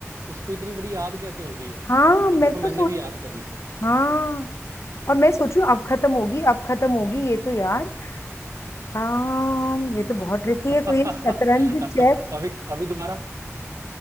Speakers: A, on the right; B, on the left.
A: उसको इतनी बड़ी याद कैसे होगी
B: हाँ मैं
A: और देखो मैंने
B: तो सोच
A: भी याद कर ली फिर
B: हाँ और मैं सोचू अब खत्म होगी अब खत्म होगी ये तो यार हाँ ये तो बहुत ट्रिकी
A: <laughs>
B: है कोई शतरंज चेस
A: अभी अभी दोबारा